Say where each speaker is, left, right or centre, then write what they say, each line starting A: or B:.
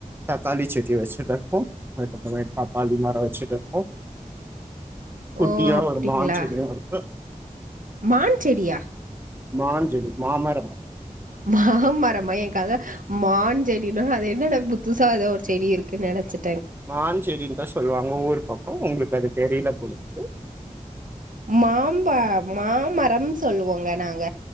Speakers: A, on the right; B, on the right.
A: தக்காளி செடி வச்சுட்டு இருக்கோம் அதுக்கப்புறம் பாப்பாளி மரம் வச்சுட்டு இருக்கோம் குட்டியா
B: ஓ அப்டிங்களா
A: ஒரு மான் செடியும் இருக்கு
B: மான் செடியா
A: மாஞ்செடி மாமரம்
B: மாமரமா என கதை மான் செடினா அது என்னடா புதுசா ஏதோ ஒரு செடி இருக்குன்னு நெனைச்சே
A: மான் செடின்னு தா சொல்லுவாங்க ஊர் பக்கம் உங்களுக்கு அது தெரியல போல உம்
B: மாம்பழ மாமரம் சொல்லுவோங்க நாங்க